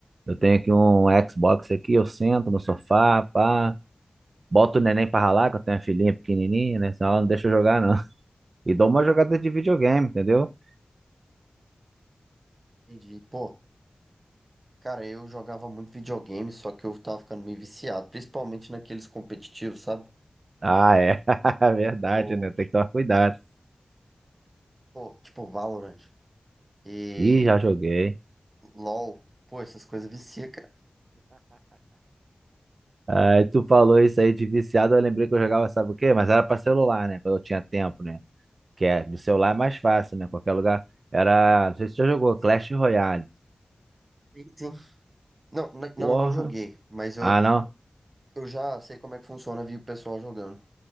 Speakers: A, on the right; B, on the right.
A: Eu tenho aqui um Xbox aqui, eu sento no sofá, pá. Boto o neném pra ralar, que eu tenho a filhinha pequenininha, né? Senão ela não deixa eu jogar, não. E dou uma jogada de videogame, entendeu?
B: Entendi. Pô, cara, eu jogava muito videogame, só que eu tava ficando meio viciado, principalmente naqueles competitivos, sabe?
A: Ah, é. <laughs> Verdade,
B: Tipo,
A: né? Tem que tomar cuidado.
B: pô, tipo Valorant. e
A: Ih, já joguei.
B: LOL, pô, essas coisas vicia, cara.
A: Aí tu falou isso aí de viciado, eu lembrei que eu jogava, sabe o quê? Mas era pra celular, né? Quando eu tinha tempo, né? Que é, do celular é mais fácil, né? Qualquer lugar. Era, não sei se tu já jogou, Clash Royale.
B: Sim, sim. Não, n-
A: Porra.
B: não, não joguei, mas eu,
A: Ah, não.
B: eu já sei como é que funciona, vi o pessoal jogando.